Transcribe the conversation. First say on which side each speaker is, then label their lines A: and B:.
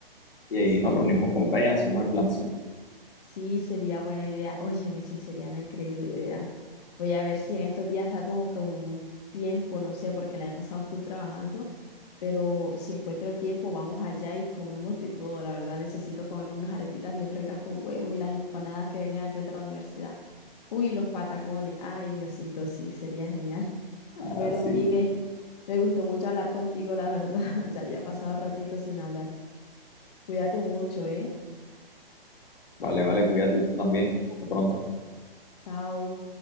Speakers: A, on the left (about 70°); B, on the left (about 45°).
A: y ahí
B: Sí.
A: nos reunimos con Brian, hacemos el plancito.
B: Sí, sería buena idea. Óyeme, sí, sería una increíble idea. Voy a ver si en estos días da como, como un tiempo, no sé, porque la he pasado full trabajando, pero si encuentro el tiempo, vamos allá y comemos de todo. La verdad, necesito comerme unas arepitas bien ricas con huevo y las empanadas que vendían al frente de la universidad. Uy, los patacones. Ay, Diosito, sí, sería genial. <laughs>
A: Así,
B: Bueno, Migue, me gustó mucho hablar contigo, la verdad. <laughs> Ya había pasado ratito sin hablar. Cuídate mucho, ¿eh?
A: vale, vale, cuídate tú también. Hasta pronto.
B: Chao.